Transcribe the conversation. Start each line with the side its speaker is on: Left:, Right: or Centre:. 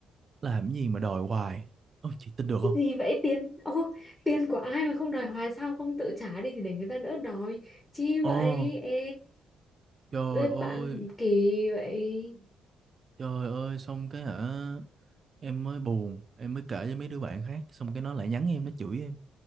Right: làm gì mà đòi hoài ôi chị tin được không
Left: gì vậy tiền ô tiền của ai mà không đòi hoài sao không tự trả đi thì để người ta đỡ đòi chi vậy
Right: ồ
Left: ê
Right: trời
Left: Ê,
Right: ơi
Left: bạn kỳ vậy
Right: trời ơi xong cái hả em mới buồn em mới kể với mấy đứa bạn khác xong cái nó lại nhắn em nó chửi em